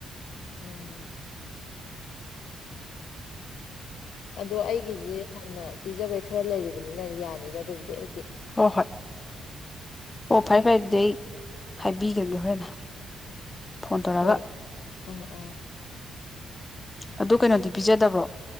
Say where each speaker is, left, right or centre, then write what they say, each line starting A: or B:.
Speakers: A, on the left; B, on the left.
A: ꯎꯝ ꯑꯗꯣ ꯑꯩꯒꯤꯖꯤ ꯍꯥꯟꯅ ꯄꯤꯖꯕꯩ ꯈꯔ ꯂꯩꯔꯤꯕꯅꯤꯅ ꯌꯥꯅꯤꯗ ꯑꯗꯨꯕꯨꯗꯤ ꯑꯩꯗꯤ
B: ꯍꯣ ꯍꯣꯏ ꯍꯣ ꯐꯔꯦ ꯐꯔꯦ ꯑꯗꯨꯗꯤ ꯑꯩ ꯍꯥꯏꯕꯤꯒ꯭ꯔꯥꯒꯦ ꯍꯣꯔꯦꯟ ꯐꯣꯟ ꯇꯧꯔꯒꯥ
A: ꯍꯣꯏ ꯑꯥ ꯑꯥ
B: ꯑꯗꯨ ꯀꯩꯅꯣꯗꯤ ꯄꯤꯖꯗꯕ꯭ꯔꯣ